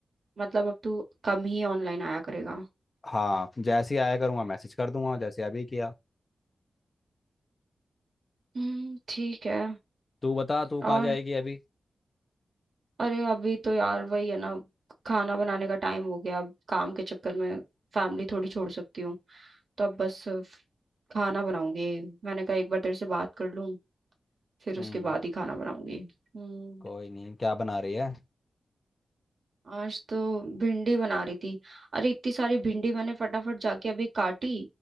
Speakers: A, on the right; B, on the left.
A: मतलब अब तू कम ही ऑनलाइन आया करेगा
B: हाँ जैसे ही आया करूंगा मैसेज कर दूंगा जैसे अभी किया
A: हम्म ठीक है
B: तू बता तू
A: और
B: कहाँ जाएगी अभी
A: अरे अभी तो यार वही है ना खाना बनाने का टाइम हो गया अब काम के चक्कर में फैमिली थोड़ी छोड़ सकती हूँ तो अब बस फ- खाना बनाऊंगी मैंने कहा एक बार तेरे से बात कर लूं फिर
B: हम्म
A: उसके बाद ही खाना बनाऊंगी हम्म
B: कोई नहीं क्या बना रही है
A: आज तो भिंडी बना रही थी अरे इतनी सारी भिंडी मैंने फटाफट जाके अभी काटी